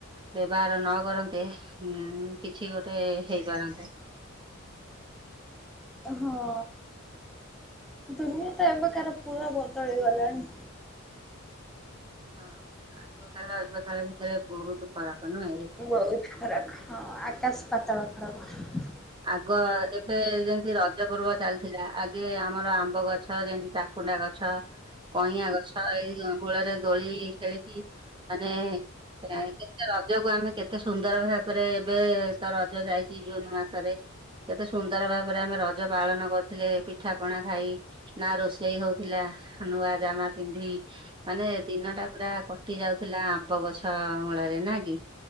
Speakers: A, on the right; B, in the centre.
A: ବ୍ୟବହାର ନ କରନ୍ତେ ଉ କିଛି ଗୋଟେ ହେଇପାରନ୍ତା।
B: ହଁ ଦୁନିଆ ତ ଏବେକାର ପୁରା ବଦଳି ଗଲାଣି।
A: ହଁ ଆଗ କାଳ ଏବେ କାଳ ଭିତରେ ବହୁତ ଫରକ ନୁହେଁ କି?
B: ବହୁତୁ ଫରକ ହ ଆକାଶ ପାତଳ ଫରକ।
A: ଆଗ ଏବେ ଯେମିତି ରଜ ପର୍ବ ଚାଲିଥିଲା ଆଗେ ଆମର ଆମ୍ବ ଗଛ ଯେମତି ଚା କୁଣ୍ଡା ଗଛ କଇଁଆଁ ଗଛ ଏଇ ମୂଳରେ ଦୋଳି ଖେଳିକି ମାନେ କେତେ ରଜକୁ ଆମେ କେତେ ସୁନ୍ଦର ଭାବରେ ଏବେ ତ ରଜ ଯାଇଛି ଜୁନ ମାସ ତରେ କେତେ ସୁନ୍ଦର ଭାବରେ ଆମେ ରଜ ପାଳନ କରିଥିଲେ ପିଠା ପଣା ଖାଇ। ନା ରୋଷେଇ ହଉଥିଲା ନୂଆ ଜାମା ପିନ୍ଧି ମାନେ ଦିନ ଟା ପୁରା କଟି ଯାଉଥିଲା ଆମ୍ବ ଗଛ ମୂଳରେ ନା କି?